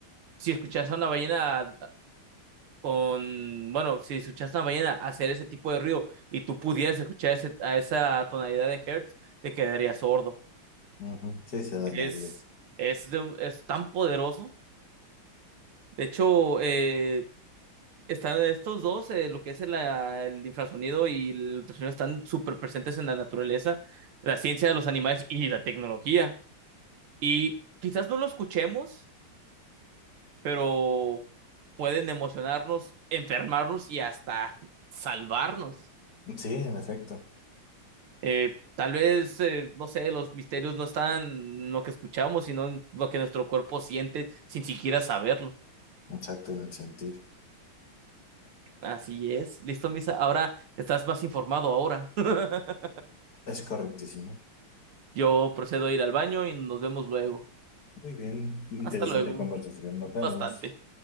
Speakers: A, on the right (about 85°); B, on the left (about 50°).
A: si escuchas a una ballena con, bueno, si escuchas a una ballena hacer ese tipo de ruido y tú pudieras escuchar ese- a esa tonalidad de hertz, te quedarías sordo.
B: Ujú, Sí, se dañaría.
A: Es, es, de- es tan poderoso. De hecho, eh, Están estos dos, eh, lo que es el, ah, el infrasonido y el ultrasonido, están súper presentes en la naturaleza, la ciencia de los animales y la tecnología. Y quizás no lo escuchemos, pero pueden emocionarnos, enfermarnos y hasta salvarnos.
B: Sí, en efecto.
A: Eh, tal vez, eh, no sé, los misterios no están en lo que escuchamos, sino en lo que nuestro cuerpo siente sin siquiera saberlo.
B: Exacto, en el sentir.
A: Así es. Listo, Misa. Ahora estás más informado ahora. <laughs>
B: Es correctísimo.
A: Yo procedo a ir al baño y nos vemos luego.
B: Muy bien. Interesante
A: Hasta luego.
B: conversación. Nos vemos.
A: Bastante.